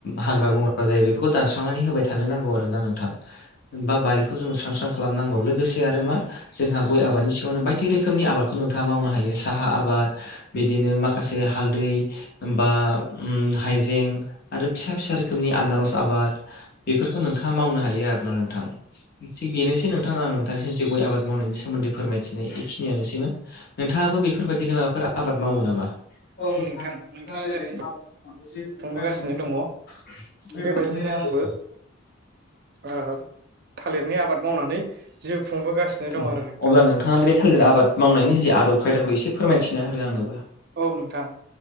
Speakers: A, on the left; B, on the right.
A: हाग्रा- बंग्रा जायो बेफोरखौ दानस्रांनानै होबाय थानो नांगौ आरो ना नोंथां। बा बारिखौ जोङो स्रां-स्रां खालामनांगौ लोगोसे आरो मा जोंहा गय आबादनि सिगाङावनो बायदि रोखोमनि आबादखौ नोंथाङा मावनो हायो साहा आबाद बिदिनो माखासे हालदै बा ओम हाइजें आरो फिसा फिसा रोखोमनि आनारस आबाद बेफोरखौ नोंथाङा मावनो हायो आरोना नोंथां थिग बेनोसै नोंथां आं जों जे गय आबाद मावनायनि सोमोन्दै फोरमायथिनाय बेखिनियानोसैमोन। नोंथाङाबो बेफोरबायदिनो माबाफोर आबाद मावो नामा? <unintelligible>
B: औ नोंथां नोंथाङा जेरै
A: <unintelligible>
B: खुंबोगासिनो दङ बेबायदिनो आंबो ओ आ थालिरनि आबाद मावनानै जिउ खुंबोगासिनो दं
A: औ
B: आरो नोंथां।
A: अब्ला नोंथाङा बे थालिर आबाद मावनायनि जे आदब खायदाखौ एसे फोरमायथिना होदो आंनोबो।
B: औ नोंथां